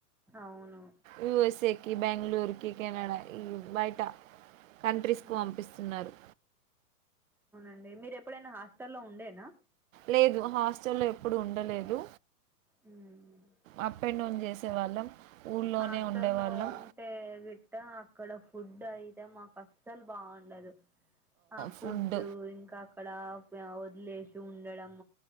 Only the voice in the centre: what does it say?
అవును
ఉమ్,
అండి మీరు ఎప్పుడైనా హాస్టల్లో ఉండేనా
మ్మ్
హాస్టల్లో
ఉంటే గిట్ట అక్కడ ఫుడ్ అయితే మాకు అస్సలు బాఉండదు ఆహ్ ఫుడ్డు
ఇంకా అక్కడ వదిలేసి ఉండడం